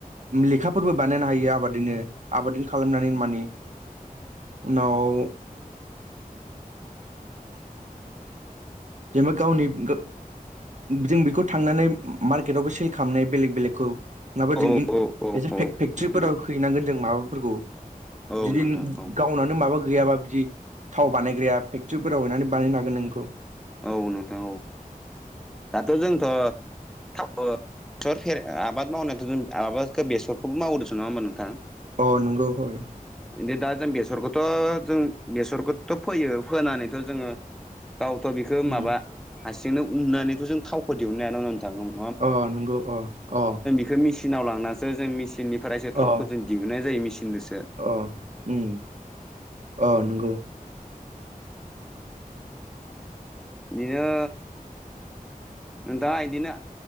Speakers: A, on the right (about 55°); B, in the centre.
A: लेखाफोरबो बानायनो हायो आबाददोंनो आबाद खालामनानै मानि उनाव ओम जेनेबा गावनि गो जों बेखौ थांनानै मार्केटावबो सेल खालामनाय बेलेक बेलेकखौ नाबा जों
B: औ
A: ए
B: औ औ
A: फेक्ट्रिफोराव
B: नोंथां
A: हैनांगोन जों माबाफोरखौ।
B: औ
A: जुदि
B: नोंथां औ
A: गावनानो माबा गैयाबा बिदि थाव बानायग्राया फेक्टरिफोराव हैनानै बानायनो हागोन नों इखौ।
B: औ नोंथां औ दाथ' जोंथ' थाव सर फेर आबाद मावनायाथ' जों आबादखो बेसरखौबो मावो देसन नङा होमबा नोंथां?
A: अ नंगौ हय।
B: बिदि दा जों बेसरखोथ' जों बेसरखोथ' फोयो फोनानैथ' जोङो थ' बेखो
A: उम
B: माबा हासिंनो उननानैथ' जों थावखो दिहुननो हायान' नोंथां।
A: अ नंगौ अ अ।
B: बेखो मिसिनाव लांनासो जों मेसिननिफ्रायसो थावखौ
A: अ
B: जों दिहुननाय जायो मिसिनदोसो।
A: अ उम अ नंगौ।
B: बिदिनो नोंथाङा इदिनो